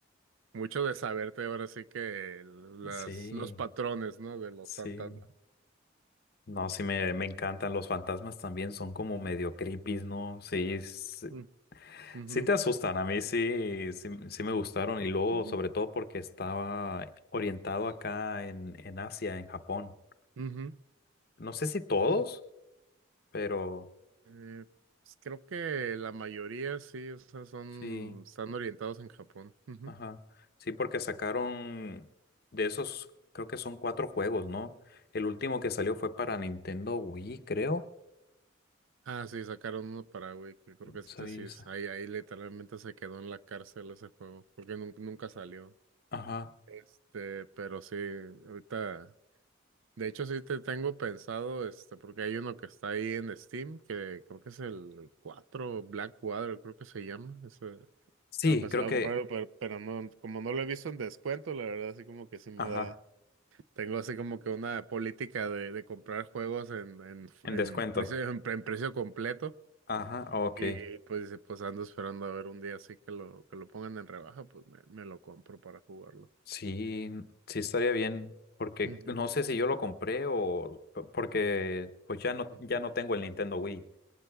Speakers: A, on the right; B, on the left.
A: mucho de saberte ahora sí que las,
B: Sí,
A: los patrones, ¿no? De los
B: sí.
A: fantasmas.
B: No, sí me, me encantan. Los fantasmas también son como medio creepy, ¿no? Sí, s-
A: Mm, ujú,
B: sí, te asustan. A mí sí, sí, sí me gustaron. Y luego,
A: Mm.
B: sobre todo porque estaba orientado acá en, en Asia, en Japón.
A: ujú,
B: No sé si todos,
A: sí.
B: pero
A: Eh, pues creo que la mayoría sí, o sea, son,
B: sí,
A: están orientados en Japón. Ujú.
B: ajá. Sí, porque sacaron de esos, creo que son cuatro juegos, ¿no? El último que salió fue para Nintendo Wii, creo.
A: Ah, sí, sacaron uno para Wii, que creo que ese
B: Sí,
A: sí es,
B: sí.
A: ahí, ahí literalmente se quedó en la cárcel ese juego, porque nun- nunca salió.
B: ajá.
A: Este, pero sí, ahorita. De hecho, sí te tengo pensado, este, porque hay uno que está ahí en Steam, que creo que es el 4 Black Water, creo que se llama. Ese,
B: Sí,
A: no, pensaba
B: creo que,
A: comprarlo, pero, pero no, como no lo he visto en descuento, la verdad, así como que sí me
B: ajá,
A: da. Tengo así como que una política de, de comprar juegos en, en,
B: en
A: en
B: descuento.
A: precio, en, pre- en precio completo.
B: Ajá, ok.
A: Y pues, dice, pues ando esperando a ver un día así que lo, que lo pongan en rebaja, pues me, me lo compro para jugarlo.
B: Sí, sí estaría bien, porque
A: Ujú,
B: no sé si yo lo compré o p- porque pues ya no,
A: ujú.
B: ya no tengo el Nintendo Wii,